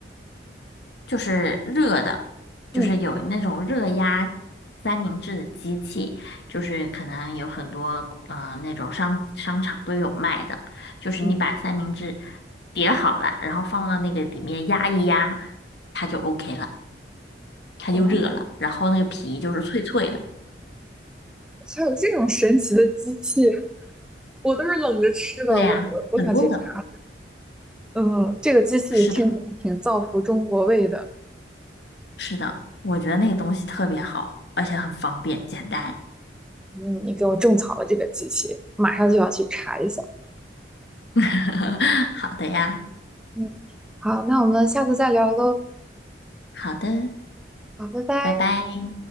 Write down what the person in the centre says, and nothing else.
嗯
嗯，
哦，
还有这种神奇的机器，我都是冷着吃的。
我我我想去查，
嗯，这个机器听起来挺造福中国胃的。
嗯，你给我种草了这个机器，马上就要去查一下。
嗯，好，那我们下次再聊喽。
好，拜拜。